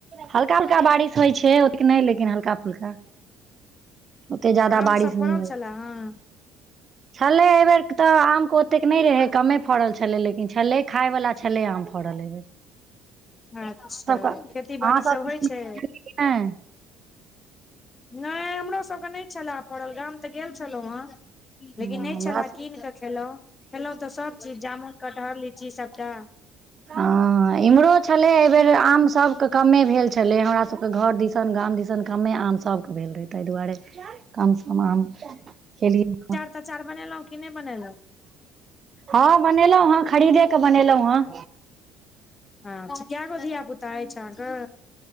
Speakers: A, on the right; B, on the left.
A: हल्का हल्का बारिश होइ छै ओतेक नहि लेकिन हल्का फुल्का ओते ज्यादा
B: आम
A: बारिश
B: सभ
A: नहि
B: फड़ल
A: होइ
B: छलए हेँ
A: छलै एहिबेर तऽ आमके ओतेक नहि रहै कमे फड़ल छलै लेकिन छलै खायवला छलै आम फराळ एबैर -
B: अच्छा
A: अहाँ
B: खेती बाड़ी सब
A: कि
B: होइ
A: नहि
B: छै। नहि हमरो सबके नहि छलए पड़ल गाम तऽ गेल छलहुँ ह लेकिन
A: हमरा
B: नहि छले
A: सब
B: कीन कऽ खेलहुँ खेलहुँ तऽ सभ चीज जामुन कटहर लीची सबटा
A: हँ इम्हरो छलै एहि बेर आम सबके कमे भेल छलै हमरा सबके घर दिस गाम दिस कमे आम सबके भेल रहै ताहि दुआरे कम सम आम खेलियै
B: त अचार बनेलहुँं कि नहि बनेलहुँ।
A: हँं बनेलहुँं हँं खरीदे के बनेलहुँ हँं।
B: अच के गो धियाापुता अयछ अहा क।